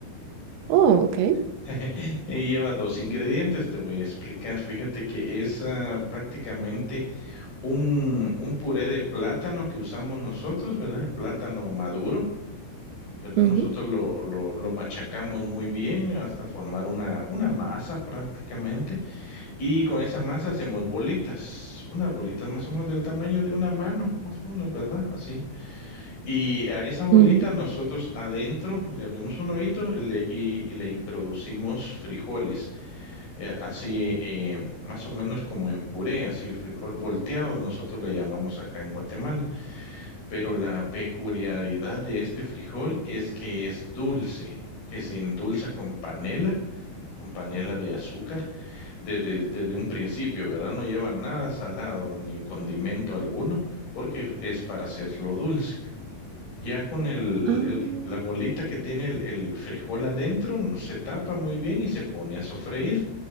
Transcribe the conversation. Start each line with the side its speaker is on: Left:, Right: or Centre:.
Right: Oh, ok.
Left: <laughs> Y lleva dos ingredientes, te voy a explicar. Fíjate que es ah, prácticamente un, un puré de plátano que usamos nosotros, ¿verdad? El plátano maduro, ¿verdad?
Right: Ujú,
Left: Nosotros lo, lo, lo machacamos muy bien hasta formar una, una masa prácticamente. Y con esa masa hacemos bolitas, unas bolitas más o menos del tamaño de una mano, más o menos, ¿verdad? Así. Y a esa bolita
Right: ujú.
Left: nosotros adentro le abrimos un hoyito y le, y- y le introducimos frijoles, eh, así eh, más o menos como en puré, así frijol volteado, nosotros le llamamos acá en Guatemala. Pero la peculiaridad de este frijol es que es dulce, que se endulza con panela, con panela de azúcar desde, desde un principio, ¿verdad? No lleva nada salado ni condimento alguno, porque es para hacerlo dulce. Ya con el,
Right: Ah,
Left: el- la bolita que tiene el, el frijol adentro, no- se tapa muy bien y se pone a sofreír.